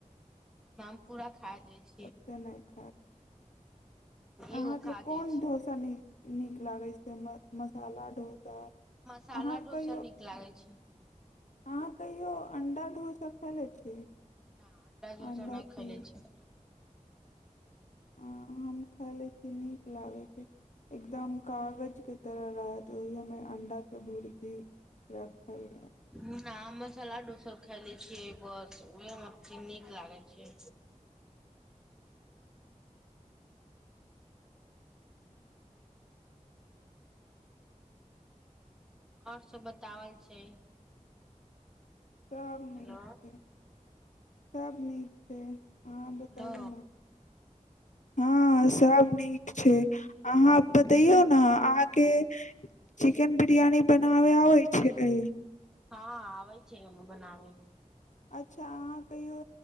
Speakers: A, in the centre; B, on the left.
A: हमपूरा खा दै छै
B: ओते नहि खा अहाँके
A: एगो खा
B: कोन
A: जाइ छी
B: ढ़ोसा नी नीक लागै छै मसाला डोसा
A: मसाला
B: अहाँ
A: ढ़ोसा
B: कहियो
A: नीक लागै छै।
B: अहाँ कहियो अण्डा ढोसा खैेलै छी।
A: न अंडा ढ़ोसा
B: अण्डा
A: नहि खायले
B: चीज
A: छि
B: हम खयले नीक लागै छै। एकदम कागज के तरह रहत ओहि हमे अंडा के भूर भी राखल रह
A: ह ने आम मसालाडू सब खायले छियै बस ओ <unintelligible> छि नीक लागै छै और सब बतावल छै
B: सभ
A: हेलो
B: नीक छै सब नीक छै अहाँ
A: हेलो
B: बतैयौ ने ह सब नीक छै अहाँ बतैयौ ने अहाँ के चिकन बिरियानी बनावे आबै छै
A: हँ आबै छै हम बनाव
B: अच्छा अहाँ कहियो